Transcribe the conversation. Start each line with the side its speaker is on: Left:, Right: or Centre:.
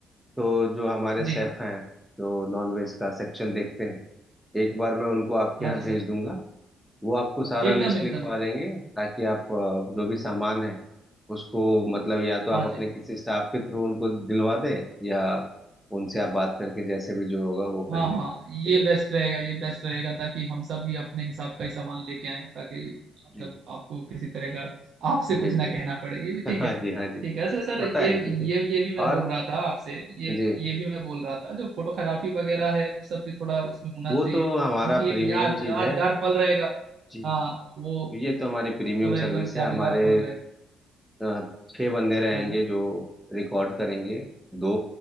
Centre: तो जो हमारे
Right: जी
Centre: सेफ
Right: हाँ
Centre: हैं जो नॉन वेज का सेक्शन देखते हैं एक बार मैं उनको आपके
Right: हाँ
Centre: यहाँ
Right: जी
Centre: भेज
Right: सर
Centre: दूंगा वो आपको सारा
Right: एकदम
Centre: लिस्ट
Right: एकदम
Centre: लिखवा
Right: एकदम
Centre: देंगे ताकि आप अ, जो भी सामान है उसको मतलब या तो
Right: हाँ
Centre: आप अपने
Right: जी
Centre: किसी स्टाफ के थ्रू उनको दिलवा दें या उनसे आप बात करके जैसे भी जो होगा वो
Right: हाँ
Centre: कर
Right: हाँ
Centre: लें ठीक
Right: ये
Centre: है
Right: बेस्ट रहेगा ये बेस्ट रहेगा ताकि हम सब ही अपने हिसाब का ही सामान लेके आए ताकि मतलब
Centre: जी
Right: आपको किसी तरह का आपसे
Centre: जी
Right: कुछ ना
Centre: जी
Right: कहना पड़े ये भी
Centre: <laughs>
Right: ठीक
Centre: हाँ
Right: है
Centre: जी हाँ जी
Right: ठीक है सर सर
Centre: होता
Right: ये
Centre: है क्योंकि
Right: ये ये भी मैं
Centre: और
Right: बोल रहा था आपसे ये
Centre: जी
Right: ये भी मैं बोल रहा था जो फोटोग्राफी वगैरह है वो सब भी थोड़ा उसमें होना
Centre: वो
Right: चाहिए
Centre: तो
Right: क्योंकि
Centre: हमारा प्रीमियम
Right: एक याद
Centre: चीज
Right: यादगार
Centre: है
Right: पल रहेगा
Centre: जी
Right: हाँ वो
Centre: ये तो हमारी प्रीमियम
Right: पूरा
Centre: सर्विस
Right: एकदम
Centre: है
Right: यादगार
Centre: हमारे
Right: पल रहेगा
Centre: अ, छह बंदे रहेंगे
Right: अरे
Centre: जो रिकॉर्ड करेंगे दो